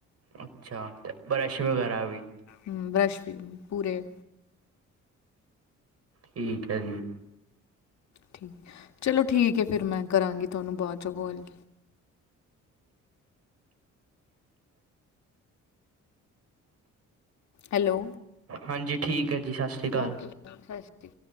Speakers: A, on the right; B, on the left.
A: ਅੱਛਾ, ਅਤੇ ਬਰੱਸ਼ ਵਗੈਰਾ ਵੀ।
B: ਹੂੰ, ਬਰੱਸ਼ ਵੀ ਪੂਰੇ।
A: ਠੀਕ ਹੈ, ਜੀ
B: ਠੀਕ ਚਲੋ, ਠੀਕ ਹੈ, ਫਿਰ ਮੈਂ ਕਰਾਂਗੀ। ਤੁਹਾਨੂੰ ਬਾਅਦ ਚ ਗਲ। ਹੈਲੋ
A: ਹਾਂਜੀ ਠੀਕ ਹੈ, ਜੀ ਸਤਿ ਸ਼੍ਰੀ ਅਕਾਲ
B: ਓਕੇ ਸਤਿ ਸ਼੍ਰੀ ਅਕਾਲ, ਜੀ